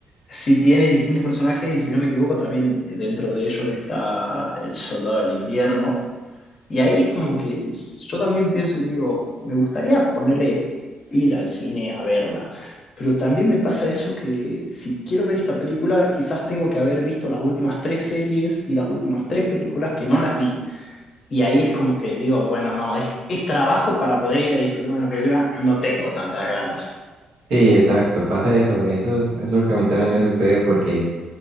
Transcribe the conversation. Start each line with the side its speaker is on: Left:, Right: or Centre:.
Left: Sí tiene distintos personajes y si no me equivoco también dentro de ellos está el Soldado del Invierno, y ahí es como que yo también pienso y digo, me gustaría ponerle ir al cine a verla, pero también me pasa eso que si quiero ver esta película, quizás tengo que haber visto las últimas tres series y las últimas tres películas que no las vi. Y ahí es como que digo, bueno, no, es, es trabajo para poder ir a disfrutar una película, no tengo tantas ganas.
Right: Sí, exacto, pasa eso. Eso es, es lo que a mí también me sucede porque,